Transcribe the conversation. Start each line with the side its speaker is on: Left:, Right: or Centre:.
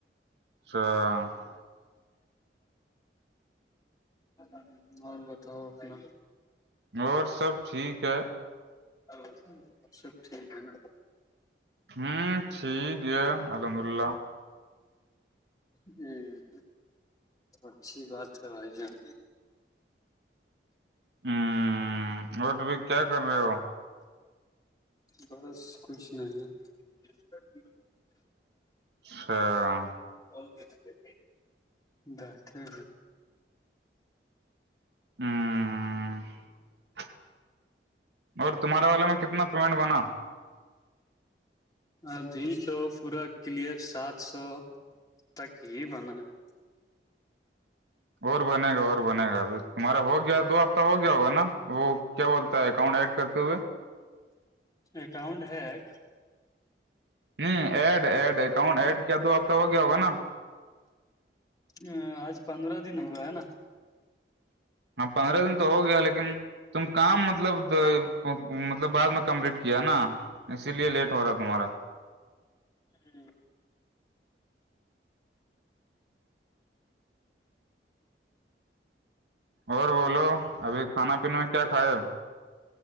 Right: <inaudible>
Left: <inaudible> اور بتاؤ اپنا
Right: اور سب ٹھیک ہے
Left: لو سب ٹھیک ہے نا ہ
Right: ہوں ٹھیک ہے الحمد اللہ
Left: جی اچھی بات ہے بھائی جان
Right: ہوں اور تو ب کیا کر رہے ہو
Left: بس کچھ نہیں ہے <inaudible>
Right: اچچھ
Left: ب ک دٹ ہے
Right: <inaudible> مگر تمہارے والے میں کتنایمنٹ بنا
Left: ابھی تو پورا کلیئر سات سو تک ہی بنا ہے
Right: اور بنے گا اور بنے گا اب تمہارا ہو گیا دو ہفتہ ہو گیا ہوگا نا وہ کیا بولتا ہے اکاؤنٹ ایڈ کرتے ہوئے
Left: اکاؤنٹ ہیک
Right: ہ ایڈ ایڈ اکاؤنٹ ایڈ کیا دو ہفت ہو گیا ہوگا نا
Left: ا آج پندرہ دن ہوا ہے نا
Right: ہاں پندرہ دن تو ہو گیا لیکن تم کام مطلب مطلب بعد میں کمپلیٹ کیا نا اسی لیے لیٹ ہو رہا ہے تمہارا
Left: <inaudible>
Right: اور بولو ابھی کھانا پینے میں کیا کھاائے ہے